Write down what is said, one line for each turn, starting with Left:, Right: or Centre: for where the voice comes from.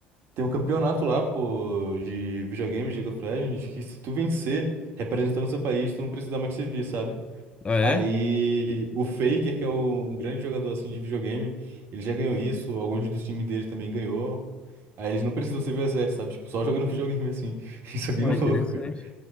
Right: tem um campeonato lá, pô, de videogames, de League of Legends, que se tu vencer representando o seu país, tu não precisa mais servir, sabe?
Left: Ah, é?
Right: Aí o Faker, que é o- um grande jogador assim de videogame, ele já ganhou isso, alguns dos times dele também ganhou. Aí eles não precisam ser VSS, sabe? Tipo, só jogando videogame assim. <laughs> Isso é bem
Left: Ó,
Right: louco,
Left: interessante,
Right: cara.